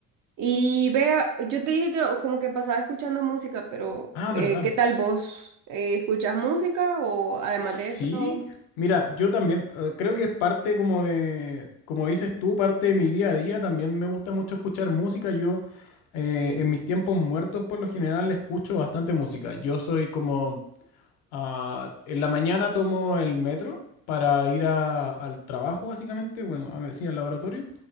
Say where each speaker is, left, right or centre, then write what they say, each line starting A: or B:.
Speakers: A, on the right; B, on the left.
A: Y vea, yo te dije que o- como que pasaba escuchando música, pero
B: Ah,
A: eh,
B: ¿verdad?
A: ¿qué tal vos? Eh, ¿escuchas música o además
B: Sí.
A: de eso?
B: Mira, yo también eh, creo que es parte como de, como dices tú, parte de mi día a día. También me gusta mucho escuchar música. Yo eh, en mis tiempos muertos por lo general escucho bastante música. Yo soy como Ah, en la mañana tomo el metro para ir a- al trabajo, básicamente, bueno, a ver, sí, al laboratorio,